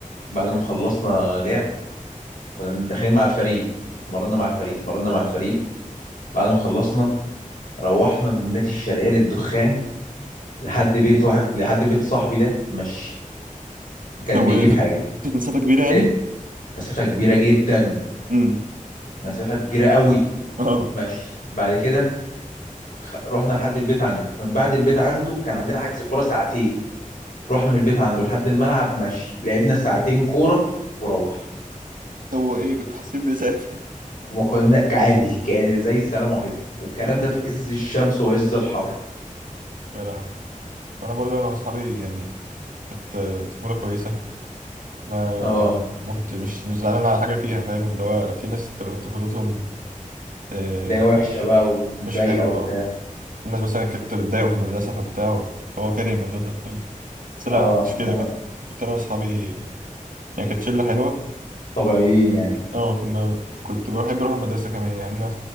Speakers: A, on the left (about 70°); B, on the right (about 70°).
A: بعد ما خلصنا لعب كنا داخلين مع الفريق اتمرنا مع الفريق اتمرنا مع الفريق بعد ما خلصنا روحنا من النادي الشرقية للدخان لحد بيت واحد لحد بيت صاحبي ده مشي كان
B: طب وايه
A: بيجيب
B: كده؟
A: حاجة
B: كانت مسافة كبيرة يعني؟
A: ايه مسافة كبيرة جدا
B: امم
A: مسافة كبيرة قوي
B: <laughs> اه
A: ماشي بعد كده خ- رحنا لحد البيت عنده من بعد البيت عنده كان عندنا حجز كورة ساعتين رحنا من البيت عنده لحد الملعب ماشي لعبنا ساعتين كورة وروحنا
B: طب وايه كنتوا حاسين بإيه ساعتها؟
A: ما كنا كعادي ك- زي السلام عليكم والكلام
B: <laughs>
A: ده في عز الشمس وعز الحر
B: يا لهوي انا برضه انا واصحابي يعني كانت آه، طفولة كويسة ما
A: اه
B: يعني ما كنت مش مش زعلان على حاجة فيها فاهم اللي هو في ناس بتبقى طفولتهم آه،
A: لا وحشة بقى ومضايقة
B: مش حلوة
A: وبتاع
B: اه الناس مثلا كانت بتضايقه في المدرسة فبتاع فهو كاره المدرسة فاهم بس لا
A: اه
B: أنا ما كنتش
A: انما
B: كده كنت كنت أنا وأصحابي يعني كانت شلة حلوة
A: طبيعيين يعني
B: اه كنا كنت بروح بحب أروح المدرسة كمان يعني أنا